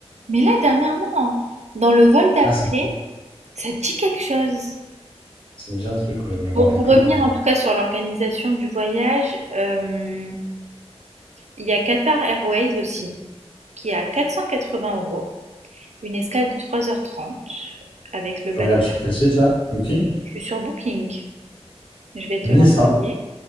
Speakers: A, on the right (about 85°); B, on the left (about 50°).
A: Mais là, dernièrement, hein, dans le vol d'après,
B: Ah, ça me,
A: ça te dit quelque chose.
B: ça me dit un truc, ouais, mais je
A: Bon,
B: me rappelle
A: pour
B: plus
A: revenir
B: quand.
A: en tout cas sur l'organisation du voyage, euh, il y a Qatar Airways aussi, qui est à 480 euros, une escale de trois heures trente avec le
B: Tu
A: bac.
B: regardes sur quel site, là? Booking?
A: Je suis sur Booking, je vais te
B: Nice,
A: l'envoyer.
B: hein?